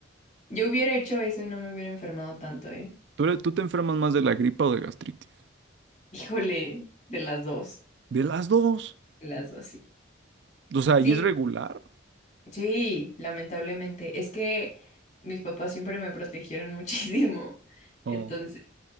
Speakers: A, on the left; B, on the right.
A: Yo hubiera hecho eso y no me hubiera enfermado tanto, ¿eh?
B: ¿Tú, eres- tú te enfermas más de la gripa o de gastritis?
A: Híjole, de las dos,
B: De las dos.
A: de las dos, sí.
B: O sea,
A: Sí,
B: ¿y es regular?
A: sí, lamentablemente. Es que mis papás siempre me protegieron <laughs> muchísimo. Entonces,
B: Oh,